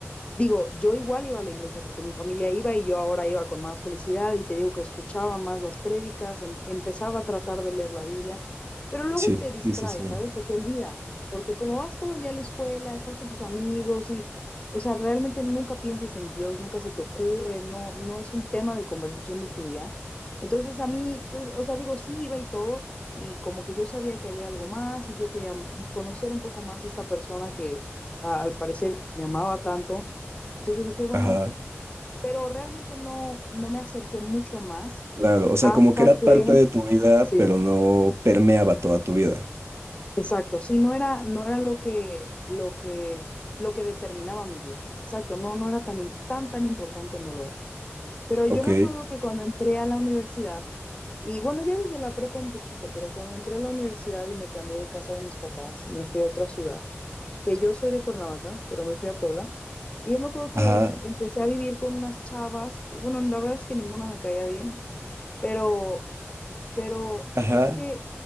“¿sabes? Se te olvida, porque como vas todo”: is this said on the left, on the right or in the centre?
Left